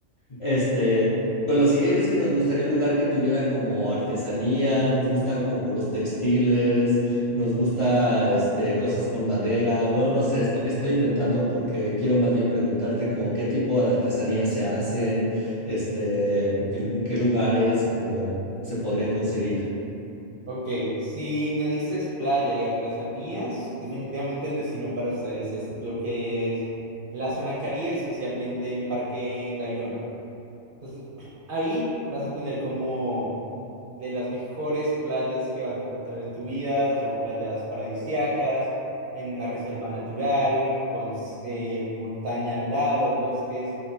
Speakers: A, on the left; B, on the right.
A: Este, pues lo siguiente es que nos gustaría un lugar que tuviera como artesanía, nos gustan como los textiles, nos gusta este, cosas con madera. Bueno, no sé, esto- estoy inventando porque quiero más bien preguntarte como qué tipo de artesanía se hacen, este, en, en qué lugares como se podrían conseguir.
B: Ok, si me dices playa y artesanías, definitivamente el destino para ustedes es lo que es la zona Caribe, especialmente el Parque Tayrona. Entonces, <clears throat> ahí vas a tener como de las mejores playas que vas a encontrar en tu vida, son playas paradisíacas, en una reserva natural, con eh, montaña al lado, bosques,